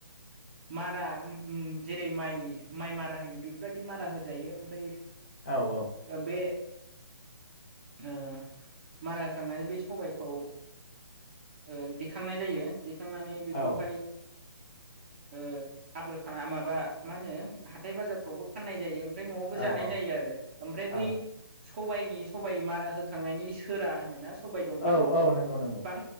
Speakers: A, on the right; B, on the left.
A: मारा ओम ओम जेरै माइ माइ मारा होयो बेफोरबायदि मारा होजायो ओमफ्राय
B: औ औ
A: ओ बे ओ मारा होखांनानै बे सबायखौ ओ दिखांनाय जायो दिखांनानै बेखौहाय
B: औ
A: ओ आबोरखाङा माबा मा होनो हाथाय बाजारफ्रावबो फाननाय जायो। ओमफ्राय नआवबो
B: औ
A: जानाय जायो आरो ओमफ्राय
B: औ
A: बै सबाइनि सबाइ मारा होखांनायनि सोरा होनोना सबाय दंफां
B: औ औ नंगौ नंगौ
A: बिफां